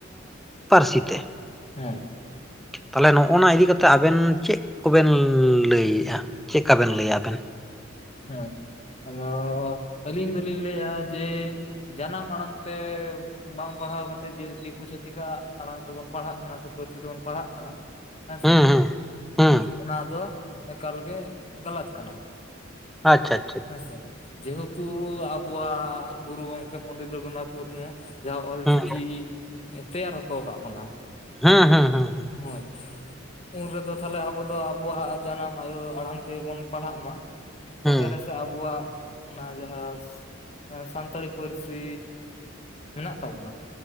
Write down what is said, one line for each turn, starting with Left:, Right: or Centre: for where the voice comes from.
Centre: ᱯᱟᱹᱨᱥᱤ ᱛᱮ
Left: ᱦᱳᱭ
Centre: ᱛᱟᱦᱚᱞᱮ ᱱᱚᱜᱼᱚ ᱱᱟ ᱤᱫᱤ ᱠᱟᱛᱮ ᱟᱵᱮᱱ ᱪᱮᱫ ᱪᱮᱫ ᱠᱚᱵᱮᱱ ᱞᱟᱹᱭ ᱮᱜᱼᱟ, ᱪᱮᱫᱠᱟ ᱵᱮᱱ ᱞᱟᱹᱭᱟ ᱟᱵᱮᱱ
Left: ᱦᱮᱸ ᱾ ᱟᱫᱚ ᱟᱹᱞᱤᱧ ᱫᱚᱞᱤᱧ ᱞᱟᱹᱭᱼᱟ ᱡᱮ ᱡᱟᱱᱟᱢ ᱟᱲᱟᱝ ᱛᱮ ᱵᱟᱝ ᱯᱟᱲᱦᱟᱣ ᱠᱟᱛᱮᱫ, ᱫᱤᱠᱩ ᱪᱷᱟᱹᱛᱤᱜ ᱟᱜ ᱟᱲᱟᱝ ᱛᱮᱵᱚᱱ ᱯᱟᱲᱦᱟᱜ ᱠᱟᱱᱟ ᱥᱮ ᱯᱟᱹᱨᱥᱤ ᱛᱮᱵᱚᱱ ᱯᱟᱲᱦᱟᱜ ᱠᱟᱱᱟ ᱾ ᱦᱮᱸ
Centre: ᱦᱩᱸ
Left: ᱥᱮ
Centre: ᱦᱩᱸ ᱦᱩᱸ
Left: ᱚᱱᱟ ᱫᱚ ᱮᱠᱟᱞ ᱜᱮ ᱜᱟᱞᱟᱛ ᱠᱟᱱᱟ ᱾
Centre: ᱟᱪᱪᱷᱟ ᱾
Left: ᱦᱮᱸ ᱥᱮ, ᱡᱮᱦᱮᱛᱩ ᱟᱵᱚᱣᱟᱜ ᱜᱩᱨᱩ ᱜᱚᱢᱠᱮ ᱯᱚᱱᱰᱤᱛ ᱨᱚᱜᱷᱩᱱᱟᱛᱷ ᱢᱩᱨᱢᱩ ᱡᱟᱦᱟᱸ ᱚᱞᱪᱤᱠᱤ
Centre: ᱦᱮᱸ
Left: ᱛᱮᱭᱟᱨ ᱦᱚᱴᱚ ᱟᱠᱟᱫ ᱵᱚᱱᱟ
Centre: ᱦᱩᱸ
Left: ᱾
Centre: ᱦᱩᱸ ᱦᱩᱸ ᱦᱩᱸ
Left: ᱦᱳᱭ ᱾ ᱩᱱ ᱨᱮᱫᱚ ᱛᱟᱦᱚᱞᱮ ᱟᱵᱚ ᱫᱚ ᱟᱵᱚᱣᱟᱜ ᱡᱟᱱᱟᱢ ᱟᱭᱩ ᱟᱲᱟᱝ ᱛᱮᱵᱚᱱ ᱯᱟᱲᱦᱟᱜ ᱢᱟ ᱾
Centre: ᱦᱩᱸ
Left: ᱛᱚᱵᱮ ᱨᱮ ᱥᱮ ᱟᱵᱩᱣᱟᱜ ᱚᱱᱟ ᱡᱟᱦᱟᱸ ᱥᱟᱱᱛᱟᱲᱤ ᱯᱟᱹᱨᱥᱤ ᱢᱮᱱᱟᱜ ᱛᱟᱵᱚᱱᱟ